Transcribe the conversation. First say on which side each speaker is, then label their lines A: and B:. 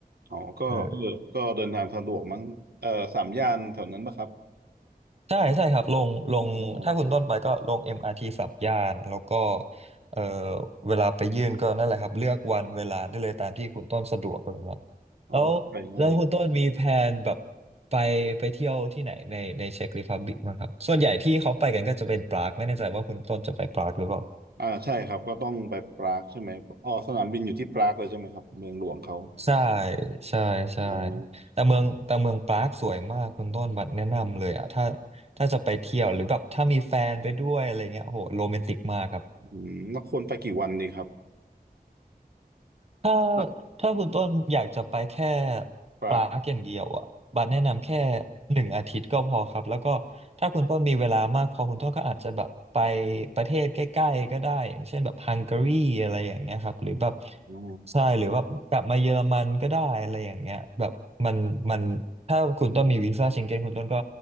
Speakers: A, on the right (about 85°); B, on the right (about 40°).
A: อ๋อก็เออก็เดินทางสะดวกมั้งเออสามย่านแถวนั้นปะครับ
B: เออ ใช่ใช่ครับลงลงถ้าคุณต้นไปก็ลง
A: อ๋อโอเค
B: MRT สามย่านแล้วก็เอ่อเวลาไปยื่นก็นั่นแหละครับเลือกวันเวลาได้เลยตามที่คุณต้นสะดวกเลยว่า
A: เออก็ไปง่ายอยู่
B: แล้วแล้วคุณต้นมีแผนแบบไปไปเที่ยวที่ไหนในในเช็กรีพับลิกบ้างครับส่วนใหญ่ที่เขาไปกันก็จะเป็นปรากไม่แน่ใจว่าคุณต้นจะไปปรากหรือเปล่า
A: อ่าใช่ครับ ก็ต้องไปปรากใช่ไหมอ๋อสนามบินอยู่ที่ปรากเลยใช่ไหมครับเมืองหลวงเขา
B: ใช่ใช่ใช่
A: อ๋อ
B: แต่เมืองแต่เมืองปรากสวยมากคุณต้นบัดแนะนำเลยอ่ะถ้าถ้าจะไปเที่ยวหรือแบบถ้ามีแฟนไปด้วยอะไรเงี้ยโอ้โหโรแมนติกมากครับ
A: อืมแล้วควรไปกี่วันดีครับ
B: ถ้า
A: อ่ะ
B: ถ้าคุณต้นอยากจะไปแค่
A: อืมปราก
B: ปลาร์กอย่างเดียวอ่ะบาสแนะนำแค่หนึ่งอาทิตย์ก็พอครับแล้วก็ถ้าคุณต้นมีเวลามากพอคุณต้นก็อาจจะแบบไปประเทศใกล้ๆก็ได้อย่างเช่นแบบฮังการีอะไรอย่างเงี้ยครับหรือแบบ
A: <coughs> อ๋อ
B: ใช่หรือแบบกลับมาเยอรมันก็ได้อะไรอย่างเงี้ยแบบมันมันถ้าคุณต้นมีวีซ่าเชงเก้นคุณต้นก็